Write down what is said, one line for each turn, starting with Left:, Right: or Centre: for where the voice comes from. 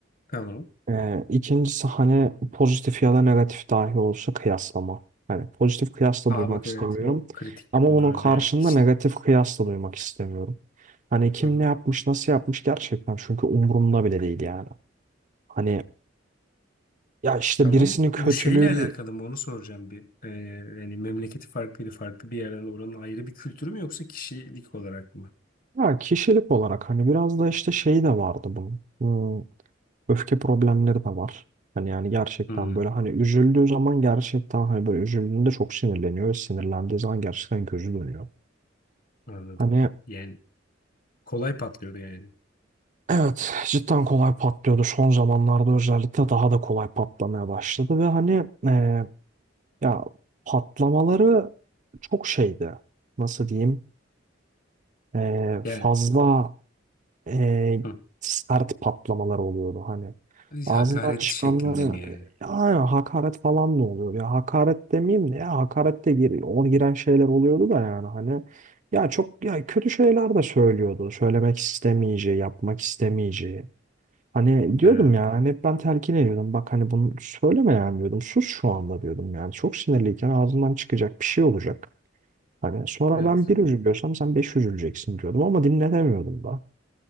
Left: Tamam.
Right: Ee, ikincisi hani pozitif ya da negatif dahi olsa kıyaslama. Hani pozitif kıyas da
Left: Ha
Right: duymak
Left: bak evet
Right: istemiyorum.
Left: o kritik
Right: Ama
Left: bir konu
Right: onun
Left: abi
Right: karşında
Left: bir erkek için.
Right: negatif kıyas da duymak istemiyorum. Hani kim
Left: Hı hı.
Right: ne yapmış, nasıl yapmış gerçekten çünkü umurumda bile değil yani. Hani ya işte
Left: Tamam.
Right: birisinin kötülüğü
Left: Bu şeyle alakalı mı onu soracağım bir. Ee, yani memleketi farklıydı farklı bir yerden oranın ayrı bir kültürü mü yoksa kişilik olarak mı?
Right: ya kişilik olarak hani biraz da işte şeyi de vardı bunun. Hmm, öfke problemleri de var. Hani yani gerçekten
Left: Hı.
Right: böyle hani üzüldüğü zaman gerçekten hani böyle üzüldüğünde çok sinirleniyor. Sinirlendiği zaman gerçekten gözü dönüyor.
Left: Anladım.
Right: Hani
Left: Yani kolay patlıyordu yani.
Right: Evet, cidden kolay patlıyordu. Son zamanlarda özellikle daha da kolay patlamaya başladı ve hani e, ya patlamaları çok şeydi. Nasıl diyeyim? E,
Left: Yani
Right: fazla e,
Left: hı.
Right: sert patlamalar oluyordu hani. Ağzından
Left: Hakaret
Right: çıkanları
Left: şeklinde mi yani?
Right: ya aynen hakaret falan da oluyor. Ya hakaret demeyeyim de ya hakaret de gir, o giren şeyler oluyordu da yani hani ya çok ya kötü şeyler de söylüyordu. Söylemek istemeyeceği, yapmak istemeyeceği. Hani diyordum
Left: Ha,
Right: ya hani hep ben telkin ediyordum. Bak hani bunu söyleme yani diyordum. Sus şu anda diyordum yani. Çok sinirliyken ağzından çıkacak bir şey olacak. Hani sonra
Left: evet.
Right: ben bir üzülüyorsam sen beş üzüleceksin diyordum ama dinletemiyordum da.